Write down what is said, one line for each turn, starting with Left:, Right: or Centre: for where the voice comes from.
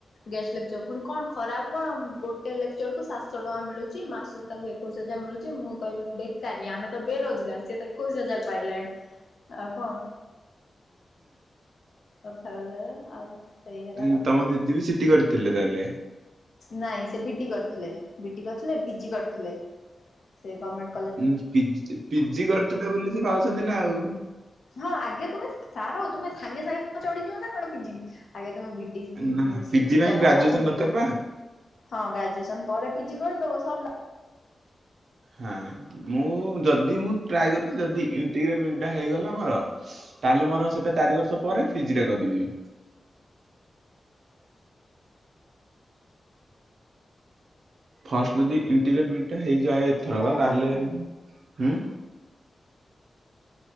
Left: ଗେଷ୍ଟେ ଲେକ୍ଚର୍ ପୁଣି କଣ ଖରାପ କଣ ଗୋଟେ ଲେକ୍ଚରକୁ ସାତଶହ ଟଙ୍କା ମିଳୁଛି ମାସକୁ ତାଙ୍କୁ ଏକୋଇଶି ହଜାର ମିଳୁଚି ମୁଁ କହିଲି ବେକାରୀ ଆମେ ତ ବେରୋଜଗାର ସିଏ ତ ଏକୋଇଶି ହଜାର ପାଇଲାଣି। ଆଉ କଣ କଥା ହେଲେ ଆଉ ସେଇ ହେଲା
Right: ଡି଼ଙ୍ଗି
Left: କଥା।
Right: ତମ ଦିଦି ବି ସିଟି କରି ଥିଲେ ତାହେଲେ
Left: ନାଇଁ ସେ ବିଡ଼ି କରିଥିଲେ ବିଡ଼ି କରିଥିଲେ ପିଜି କରିଥିଲେ ସେ ଗମେଣ୍ଟ
Right: ଉଁ ପିଜି ପିଜି କରିଥିଲେ ବୋଲି ସେ ପାଉଛନ୍ତି ନା ଆଉ।
Left: ହଁ ଆଗେ ତୁମେ ସାର ତୁମେ ସାଙ୍ଗେ ସାଙ୍ଗେ ଚଢି଼ଯିବ ନା କଣ ପିିଜି। ଆଗେ ତମେ ବିଡ଼ି ପି
Right: ନା ନା ପିଜି
Left: ସିଟି
Right: ପାଇଁ
Left: କର
Right: ଗ୍ରାଜୁଏସନ
Left: ତାପରେ ବୁ
Right: ଦରକାର ପା
Left: ହଁ ଗ୍ରାଜୁଏସନ୍ ପରେ ପିଜି କରିଦବ ସରିଲା
Right: ହଁ ମୁଁ ଯଦି ମୁଁ ଟ୍ରାୟେ କରୁଛି ଯଦି ୟୁଟି ରେ ଭିକିଟି ଟା ହେଇଗଲା ମୋର ତାହେଲେ ମୋର ସେଟା ଚାରି ବର୍ଷ ପରେ ଫିଜି ଟା କରିବି। ଫାଷ୍ଟ ଯଦି ଇଣ୍ଟିଭେକ୍ ଭିଟି ହେଇଯାଏ ଏଥରକ
Left: ସେଥିପାଇଁ ଆପ୍ଲାଏ
Right: ତାହେଲେ ଉଁ